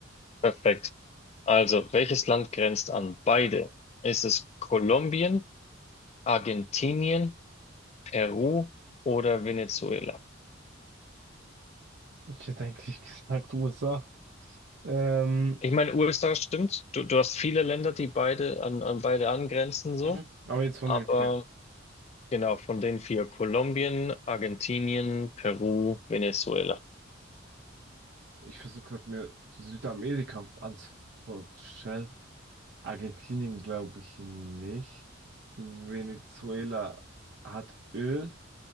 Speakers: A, on the left; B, on the right.
A: Perfekt. Also, welches Land grenzt an beide? Ist es Kolumbien, Argentinien, Peru oder Venezuela?
B: Ich hätte eigentlich <laughs> gesagt USA. Ähm,
A: Ich meine, USA stimmt. Du, du hast viele Länder, die beide an, an beide angrenzen, so.
B: mhm. Aber jetzt von
A: Aber
B: den vier.
A: genau, von den vier, Kolumbien, Argentinien, Peru, Venezuela.
B: Ich versuche gerade mir die Südamerika anzustellen. Argentinien glaube ich nicht. Venezuela hat Öl,